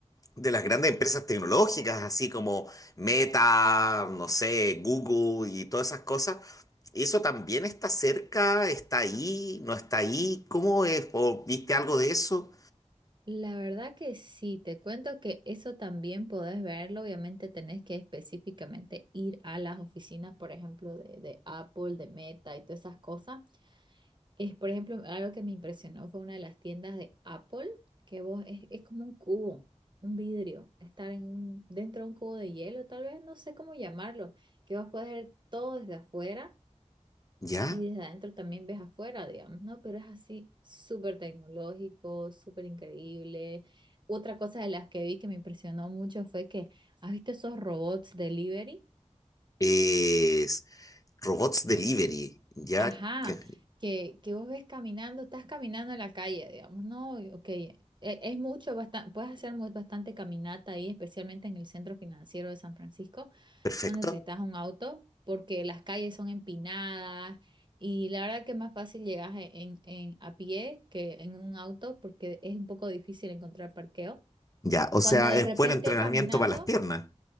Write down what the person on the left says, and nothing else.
de las grandes empresas tecnológicas, así como Meta, no sé, Google y todas esas cosas. ¿Eso también está cerca? ¿Está ahí? ¿No está ahí? ¿Cómo es? ¿O viste algo de eso?
Ya.
Es robots delivery. Ya.
que-
Perfecto.
Ya. O sea,
es
buen entrenamiento
para las piernas.